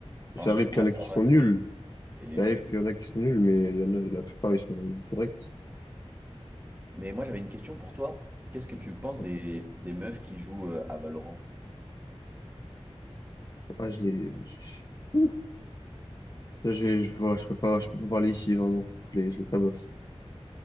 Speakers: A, on the left; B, on the right.
A: ça
B: En général,
A: arrive qu'il y en a
B: ça
A: qui sont
B: va,
A: nuls.
B: c'est- et les
A: Ça
B: gens.
A: arrive qu'il y en a qui sont nuls, mais il y en a, la plupart, ils sont corrects.
B: Mais moi, j'avais une question pour toi. Qu'est-ce que tu penses
A: Donc,
B: des, des meufs qui jouent euh, à Valorant?
A: Ah, je les... je- Ouf. Là, je, vais- je vois, je peux pas, je peux pas parler ici, vraiment. Je les, je les tabasse.